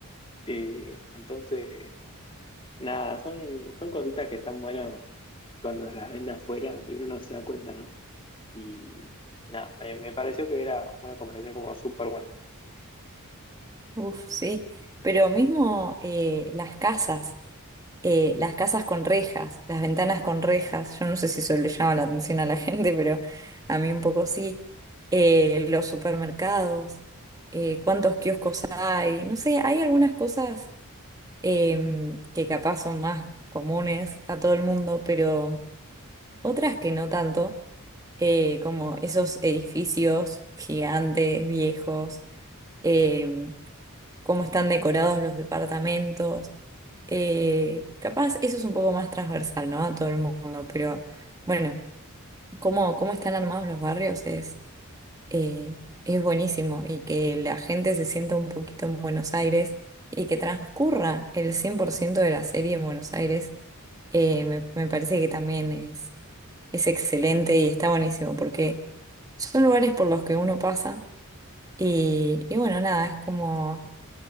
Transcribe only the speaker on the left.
Eh, entonces, nada, son, son cositas que están buenas cuando las ven de afuera y uno no se da cuenta, ¿no? Y nada, me, me pareció que era una comparación como súper buena.